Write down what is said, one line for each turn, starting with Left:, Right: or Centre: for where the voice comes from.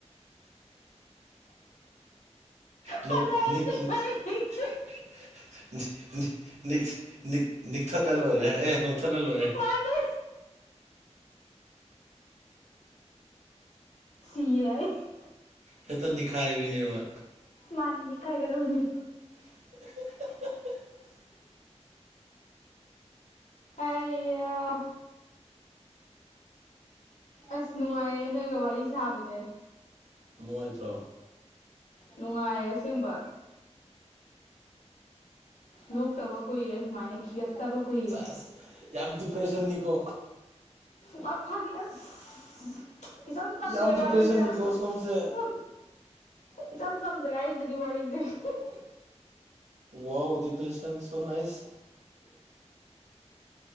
Right: ꯅꯣꯛ
Left: ꯐꯖꯔꯅꯤ
Right: ꯅꯤꯛ <unintelligible>
Left: ꯍꯥꯏꯔꯤꯁꯦ
Right: ꯅꯤꯛ ꯅꯤꯛ ꯅꯤꯛꯊꯠꯂ ꯂꯣꯏꯔꯦ ꯑꯦ ꯅꯣꯛꯊꯠꯂ ꯂꯣꯏꯔꯦ
Left: ꯃꯥꯅꯤ <unintelligible>
Right: ꯍꯦꯛꯇ ꯅꯤꯈꯥꯏꯕꯤꯅꯦꯕ
Left: ꯃꯥꯅꯤ ꯅꯤꯛꯈꯥꯏꯒꯔꯕꯅꯤ
Right: <unintelligible>
Left: ꯑꯩ ꯑꯥ ꯑꯁ ꯅꯨꯡꯉꯥꯏꯌꯦ ꯅꯣꯏꯒ ꯋꯥꯔꯤ ꯁꯥꯕꯁꯦ
Right: ꯅꯨꯡꯉꯥꯏꯇ꯭ꯔꯣ
Left: ꯅꯨꯡꯉꯥꯏ ꯑꯁꯦꯡꯕ ꯅꯣꯛꯇꯕ ꯀꯨꯏꯔꯦ ꯁꯨꯃꯥꯏꯅ ꯈꯤꯒꯠꯇꯕ ꯀꯨꯏꯔꯦ
Right: ꯑꯁ ꯌꯥꯝ ꯗꯤꯄ꯭ꯔꯦꯁꯟꯅꯤꯀꯣ
Left: ꯕꯥꯛ ꯐꯥꯒꯤ ꯑꯁ ꯏꯆꯝ ꯆꯝꯗ꯭ꯔꯦ
Right: ꯌꯥꯝ ꯗꯤꯄ꯭ꯔꯦꯁꯟꯅꯤꯀꯣ
Left: ꯋꯥꯔꯤꯁꯦ ꯑꯁ
Right: ꯁꯣꯝꯁꯦ
Left: ꯏꯆꯝ ꯆꯝꯗ꯭ꯔꯦ ꯑꯩꯁꯤꯗꯤ ꯋꯥꯔꯤꯁꯦ <unintelligible>
Right: ꯋꯥꯎ ꯗꯤꯄ꯭ꯔꯦꯁꯟ ꯁꯣ ꯅꯥꯥꯏꯁ